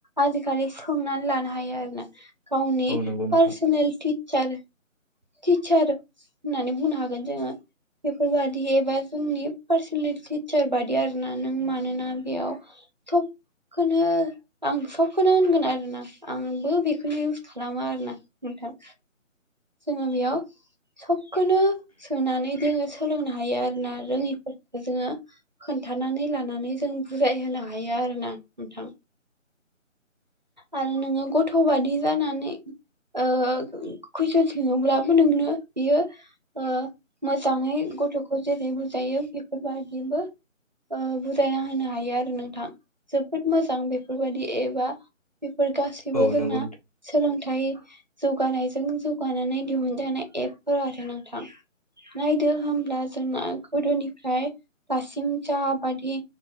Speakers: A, on the right; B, on the left.
A: आजिखालि सोंनानै लानो हायो आरोना गावनो
B: औ नंगौ नोंथां
A: पारसेनेल टिचार टिचार होननानै बुंनो हागोन जोङो। बेफोरबादि एप आ जोंनि पार्सनेल टिचार बादि आरोना नों मानोना बेयाव थबखौनो आं सबखौनो होनगोन आरोना आंबो बेखौनो इउस खालामो आरोना नोंथां। जोङो बेयाव सबखोनो सोनानै जोङो सोलोंनो हायो आरोना रोङिफोरखौ जोङो खोन्थानानै लानानै जों बुजायहोनो हायो आरो ना नोंथां। आरो नोङो गथ' बादि जानानै ओ कुइसन सोङोब्लाबो नोंनो बियो ओ मोजाङै गथ'खौ जेरै बुजायो बेफोरबादिबो ओ बुजायना होनो हायो आरो नोंथां जोबोद मोजां बेफोरबायदि एप आ बेफोर गासैबो
B: औ
A: जोंना
B: नंगौ नोंथां औ नंगौ
A: सोलोंथाइ जौगानायजों जौगानानै दिहुनजानाय एपफोर आरो नोंथां। नायदो होमब्ला जोंना गोदोनिफ्राय दासिम जा बादि